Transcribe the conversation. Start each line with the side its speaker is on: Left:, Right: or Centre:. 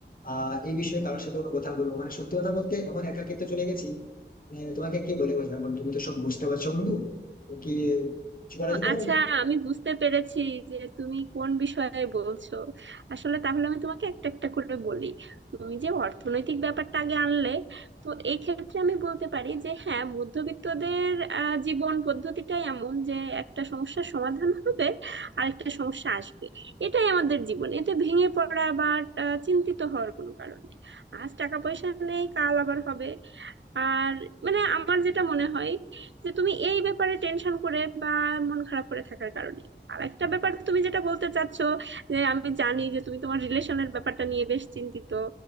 Left: আহ, এই বিষয়ে কারোর সাথে কোনো কথা বলবো মানে সত্যি কথা বলতে এমন একাকিত্ব চলে গেছি মানে তোমাকে কি বলে বোঝাবো তুমি তো সব বুঝতে পারছো বন্ধু তো কি কিছু বলা
Right: ও,
Left: যেতে পারে
Right: আচ্ছা আমি বুঝতে পেরেছি যে তুমি কোন বিষয়ে বলছো আসলে তাহলে আমি তোমাকে একটা একটা করে বলি তুমি যে অর্থনৈতিক ব্যাপারটা আগে আনলে তো এই ক্ষেত্রে আমি বলতে পারি যে হ্যাঁ মধ্যবিত্তদের আহ, জীবন পদ্ধতিটাই এমন যে একটা সমস্যার সমাধান হবে আরেকটা সমস্যা আসবে এটাই আমাদের জীবন এতে ভেঙে পড়া বা আহ, চিন্তিত হওয়ার কোনো কারণ নেই আজ টাকা পয়সা নেই কাল আবার হবে আর মানে আমার যেটা মনে হয় যে তুমি এই ব্যাপারে টেনশন করে বা মন খারাপ করে থাকার কারণে আর একটা ব্যাপার তুমি যেটা বলতে চাচ্ছ যে আমি জানি যে তুমি তোমার রিলেশনের ব্যাপারটা নিয়ে বেশ চিন্তিত